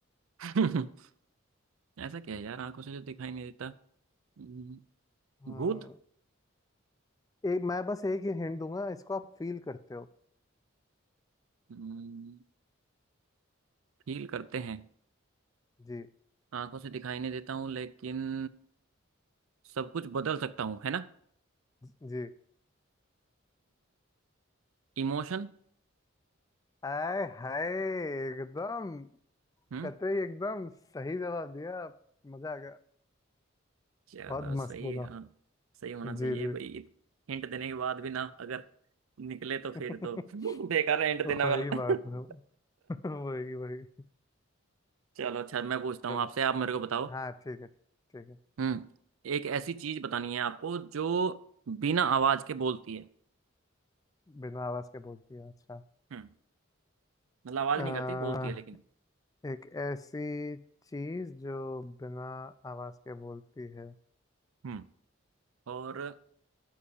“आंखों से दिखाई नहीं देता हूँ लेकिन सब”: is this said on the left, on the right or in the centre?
Right